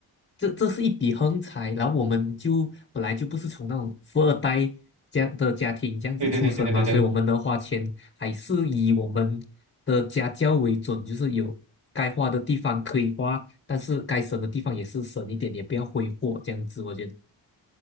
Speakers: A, on the left; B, on the right.
A: 这这是一笔横财，然后我们就本来就不是从那种富二代这样的家庭这样子出生嘛，
B: 对对对对对对
A: 所以我们能花钱还是以我们的家教为准，就是有该花的地方可以花，但是该省的地方也是省一点，也不要挥霍这样子，我觉得，